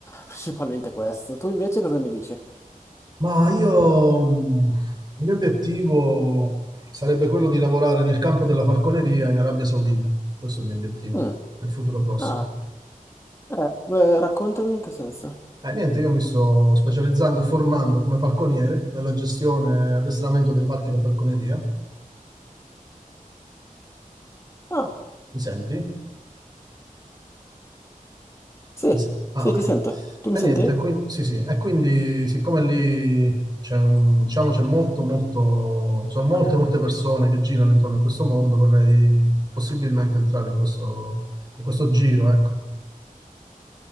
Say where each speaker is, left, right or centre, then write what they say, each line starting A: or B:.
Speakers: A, on the left (about 20°); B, on the right (about 30°).
A: principalmente questo. Tu invece cosa mi dici?
B: Ma io, mh, il mio obiettivo sarebbe quello di lavorare nel campo della falconeria in Arabia Saudita. Questo è il mio obiettivo
A: Mm,
B: nel futuro prossimo.
A: ah, eh, eh, raccontami in che senso.
B: Eh, niente, io mi sto specializzando e formando come falconiere nella gestione e addestramento dei falchi da falconeria.
A: Ah,
B: Mi senti?
A: sì,
B: Mi se- Ah,
A: sì,
B: ok.
A: ti sento. Tu
B: E
A: mi senti?
B: niente, e qui- sì, sì. E quindi, siccome lì c'è un- diciamo, c'è molto, molto, sono molte, molte persone che girano intorno a questo mondo, vorrei possibilmente entrare in questo, in questo giro, ecco.